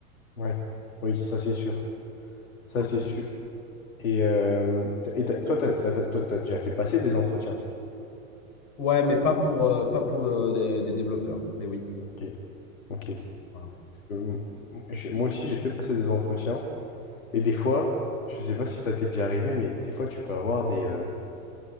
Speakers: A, on the left (about 65°); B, on the left (about 45°).
A: Ouais. Oui, ça c'est sûr. Ça
B: Donc,
A: c'est sûr. Et, euh, t- et t'as- toi, t'as, bah, t'as- toi, t'as déjà fait passer des entretiens.
B: ouais, mais pas pour, euh, pas pour euh, des, des développeurs. Mais oui.
A: Ok, ok. Parce
B: Voilà.
A: que, euh, j'ai- moi aussi, j'ai fait passer des entretiens. Et des fois, je sais pas si ça t'est déjà arrivé, mais des fois, tu peux avoir des... euh,